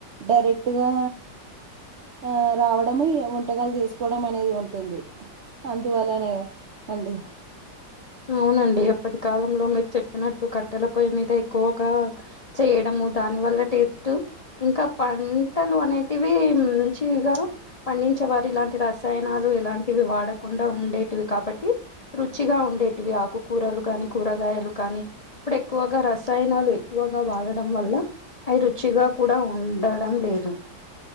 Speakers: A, on the right; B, on the left.
A: డైరెక్ట్గా ఆ రావడం వంటకాలు చేసుకోవడం అనేది ఉం టుంది అందువల్లనే అండి
B: అవునండి అప్పటి కాలంలో మీరు చెప్పినట్టు కట్టెల పొయ్యి మీద ఎక్కువగా చేయడం దాని వల్ల టేస్ట్ ఇంకా పంటలు అనేటివి మంచిగా పండించే వారు ఇలాంటి రసాయనాలు ఇలాంటివి వాడకుండా ఉండేటివి కాబట్టి రుచిగా ఉండేటివి ఆకుకూరలు కానీ కూరగాయలు కానీ ఇప్పుడు ఎక్కువగా రసాయనాలు ఎక్కువగా వాడడం వల్ల అయి రుచిగా కూడా ఉండడం లేదు